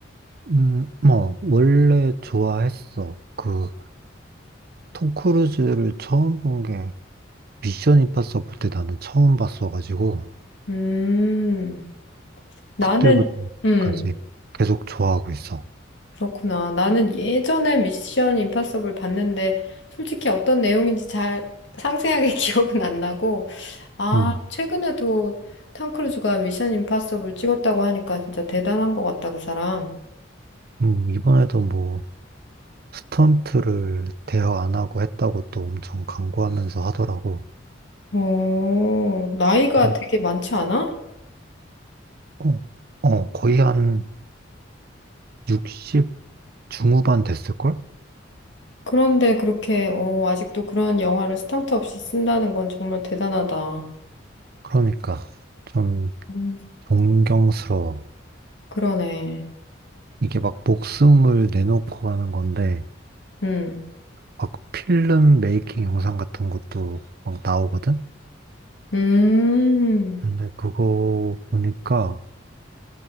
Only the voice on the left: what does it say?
음, 나는,
음,
그렇구나. 나는 예전에 미션 임파서블 봤는데, 솔직히 어떤 내용인지 잘 상세하게 <laughs> 기억은 안 나고, 아,
최근에도 탐 크루즈가 미션 임파서블 찍었다고 하니까 진짜 대단한 것 같다, 그 사람.
오 나이가
되게 많지 않아?
그런데 그렇게, 어, 아직도 그런 영화를 스턴트 없이 쓴다는 건 정말 대단하다.
음.
그러네.
음,
음.